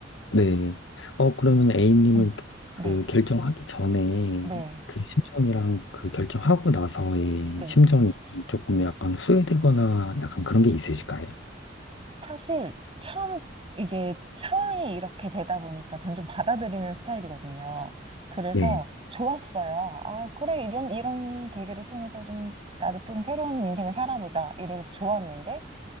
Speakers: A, on the left (about 80°); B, on the right (about 30°).
A: 네. 어, 그러면 A님은
B: 응.
A: 그, 그
B: 네,
A: 결정하기 전에
B: 네,
A: 그 심정이랑 그 결정하고 나서의
B: 네.
A: 심정이 조금 약간 후회되거나 약간 그런 게 있으실까요?
B: 사실 처음 이제 상황이 이렇게 되다 보니까 전 좀 받아들이는 스타일이거든요. 그래서
A: 네.
B: 좋았어요. 아, 그래, 이런, 이런 계기를 통해서 좀 나도 좀 새로운 인생을 살아보자. 이래서 좋았는데